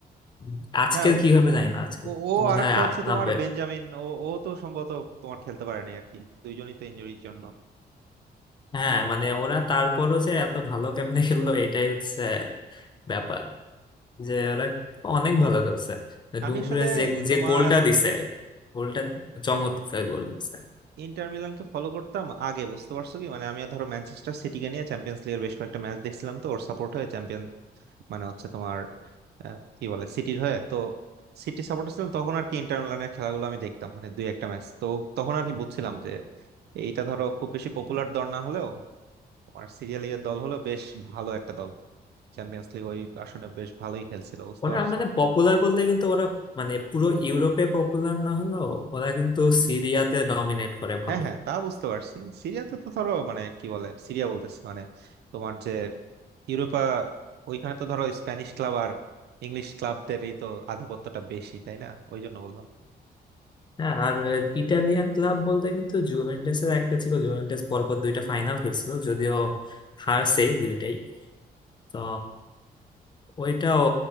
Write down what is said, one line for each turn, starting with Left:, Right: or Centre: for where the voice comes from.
Left: উম, আজকের
Right: হ্যাঁ
Left: কি হবে জানি না আজকে
Right: ও ও
Left: তো মনে
Right: আরেকটা
Left: হয় আ-
Right: হচ্ছে
Left: নামবে
Right: তোমার বেঞ্জামিন ও ও তো সম্ভবত তোমার খেলতে পারে নাই আর কি দুইজনই তো ইনজুরির জন্য
Left: হ্যাঁ মানে ওরা তারপরও যে এত ভালো কেমনে খেললো এটাই হচ্ছে ব্যাপার যে ওরা অনেক ভালো খেলছে ডুমফ্রিজ
Right: আমি আসলে
Left: যে যে
Right: তোমার
Left: গোলটা দিছে গোলটা চমৎকার গোল দিছে
Right: ইন্টার মিলানকে ফলো করতাম আগে বুঝতে পারছো কি মানে আমি ধরো ম্যানচেস্টার সিটিকে নিয়ে চ্যাম্পিয়ন্স লিগের বেশ কয়েকটা ম্যাচ দেখছিলাম তো ওর সাপোর্ট হয়ে চ্যাম্পিয়ন মানে হচ্ছে তোমার আহ, কি বলে সিটির হয়ে তো সিটি সাপোর্টার ছিলাম তখন আর কি ইন্টার মিলানের খেলাগুলো আমি দেখতাম মানে দুই একটা ম্যাচ তো তখন আর কি বুঝছিলাম যে এইটা ধরো খুব বেশি পপুলার দল না হলেও তোমার সিরিয়াল লিগের দল হলো বেশ ভালো একটা দল চ্যাম্পিয়ন্স লিগ ওই আসলে বেশ ভালোই খেলছিল বুঝতে
Left: ওরা
Right: পারছো
Left: মানে পপুলার বলতে কিন্তু ওরা মানে পুরো ইউরোপে পপুলার না হলেও ওরা কিন্তু সিরিয়াতে ডমিনেট করে ভালোই
Right: হ্যাঁ হ্যাঁ তা বুঝতে পারছি সিরিয়াতে তো ধরো মানে কি বলে সিরিয়া বলতেছি মানে তোমার যে ইউরোপা ওইখানে তো ধরো স্প্যানিশ ক্লাব আর ইংলিশ ক্লাবদেরই তো আধিপত্যটা বেশি তাই না ওই জন্য বললাম
Left: হ্যাঁ আর ইটালিয়ান ক্লাব বলতে কিন্তু জুভেন্টাস এর একটা ছিল জুভেন্টাস পরপর দুইটা ফাইনাল খেলছিল যদিও হারছে দুইটাই তো ওইটাও